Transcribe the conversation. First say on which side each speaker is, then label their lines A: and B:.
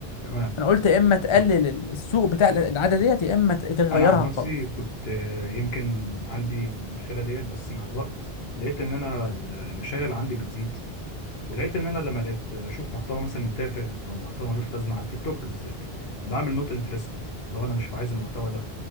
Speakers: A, on the left; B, on the left.
A: تمام
B: انا قلت يا اما تقلل
A: صح
B: السوق بتاع العاده ديت يا اما ت- تغيرها
A: أنا عن نفسي
B: خالص
A: كنت آه، يمكن عندي المشكلة ديت بس مع الوقت لقيت إن أنا المشاغل عندي بتزيد ولقيت ان انا لما لقيت اشوف محتوى مثلا تافه او محتوى ملوش لازمه على التيك توك بالذات بعمل نوت انترستد لو انا مش عايز المحتوى ده